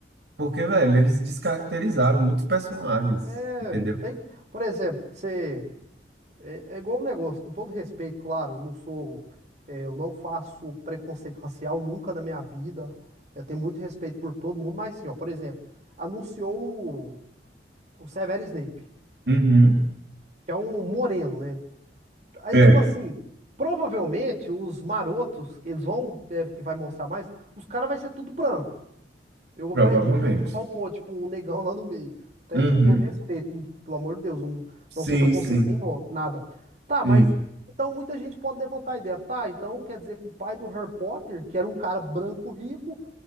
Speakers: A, on the right (about 65°); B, on the right (about 40°).
A: Porque, velho, eles descaracterizaram muitos personagens,
B: É.
A: entendeu?
B: Tem que, por exemplo, você. É, é igual um negócio, com todo respeito, claro, eu não sou, é, eu não faço preconceito <laughs> racial nunca na minha vida. Eu tenho muito respeito por todo mundo, mas sim, ó, por exemplo, anunciou o, o Severo Snape,
A: Uhum.
B: que é um moreno, né? Aí,
A: É,
B: tipo assim, provavelmente os marotos, que eles vão, deve que vai mostrar mais, os caras vai ser tudo branco. Eu acredito
A: provavelmente.
B: que eles não vão pôr, tipo, um negão lá no meio. Até
A: Uhum.
B: com todo respeito, pelo amor de Deus, eu não,
A: Sim,
B: não sou preconceito
A: sim.
B: nem no- nada. Tá, mas
A: Sim.
B: então muita gente pode levantar a ideia. Tá, então quer dizer que o pai do Harry Potter, que era um cara branco rico,